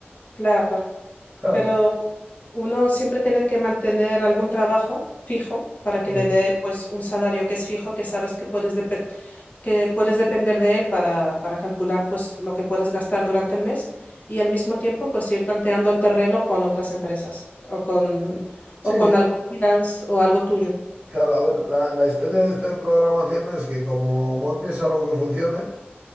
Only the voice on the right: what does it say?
<laughs>
eh,
Sí,
claro, a ver, la, la historia de esto de programación es que como montes algo que funcione,